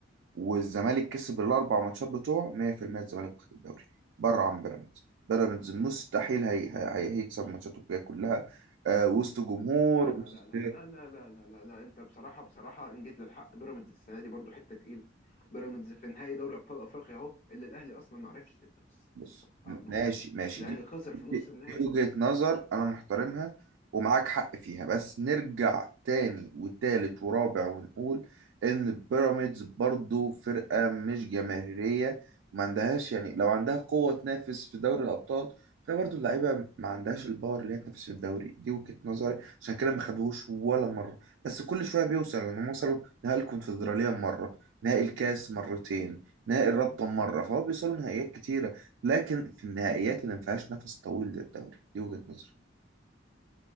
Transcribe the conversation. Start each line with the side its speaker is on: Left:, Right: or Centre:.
Right: والزمالك كسب الاربع ماتشات بتوعه 100% الزمالك واخد الدوري بره عن بيراميدز بيراميدز مستحيل هي هي هي- هيكسب ماتشاته الجايه كلها آه وسط جمهور
Left: لا
Right: وسط
Left: لا لا لا لا لا لا لا لا لا انت بصراحه بصراحه ان جيت للحق بيراميدز السنه دي برضو حته تقيله بيراميدز في نهائي دوري ابطال افريقيا اهو اللي الاهلي اصلا ما عرفش
Right: بص م-
Left: يصعده
Right: ماشي ماشي
Left: الاهلي
Right: دي
Left: خسر في نص
Right: دي
Left: النهائي
Right: دي وجهة نظر انا محترمها ومعاك حق فيها بس نرجع تاني وتالت ورابع ونقول ان بيراميدز برضو فرقة مش جماهيرية ما عندهاش يعني لو عندها قوة تنافس في دوري الابطال فهي برضو اللعيبة ما عندهاش الباور اللي هي تنافس في الدوري دي وجهة نظري عشان كده ما خدوهوش ولا مرة بس كل شوية بيوصل انهم وصلوا نهائي الكونفدرالية مرة نهائي الكاس مرتين نهائي الرابطة مرة فهو بيوصلوا نهائيات كتيرة لكن في النهائيات اللي ما فيهاش نفس طويل للدوري دي وجهة نظري